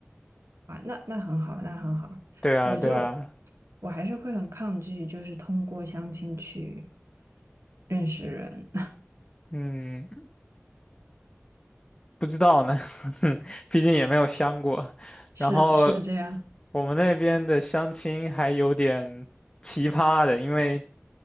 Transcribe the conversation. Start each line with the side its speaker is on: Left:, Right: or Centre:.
Right: 啊，那那很好，那很好。
Left: 对啊，
Right: 我就
Left: 对啊，
Right: 我还是会很抗拒，就是通过相亲去认识人，
Left: 嗯。不知道呢，<laughs> 毕竟也没有相过。
Right: <laughs> 是是这样
Left: 然后我们那边的相亲还有点奇葩的，因为